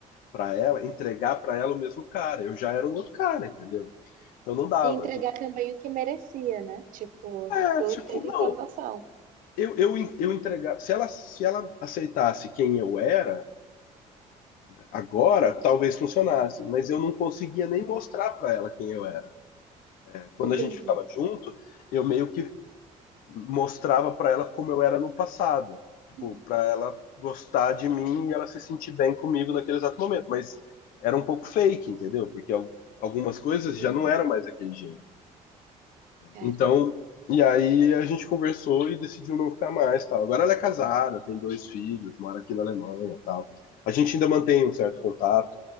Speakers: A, on the left (about 85°); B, on the right (about 75°).
A: para ela, entregar para ela o mesmo cara. Eu já era um outro cara, entendeu? Então não dava.
B: E entregar
A: A Gente.
B: também o que merecia, né? Tipo,
A: É,
B: tu
A: tipo,
B: teve
A: não,
B: essa noção.
A: eu, eu, eu entregava. Se ela, se ela aceitasse quem eu era, Agora, talvez funcionasse, mas eu não conseguia
B: Uhum.
A: nem mostrar para ela quem eu era. É, Quando
B: Entendi.
A: a gente ficava junto, eu meio que mostrava para ela como eu era no passado, tipo,
B: Uhum.
A: para ela gostar de mim e ela se sentir bem comigo naquele exato momento, mas era um pouco fake, entendeu? Porque algumas coisas
B: Uhum.
A: já não eram mais daquele jeito.
B: Caramba.
A: Então, e aí a gente conversou e decidiu não ficar mais, tal. Agora ela é casada, tem dois filhos, mora aqui na Alemanha, tal. A gente ainda mantém um certo contato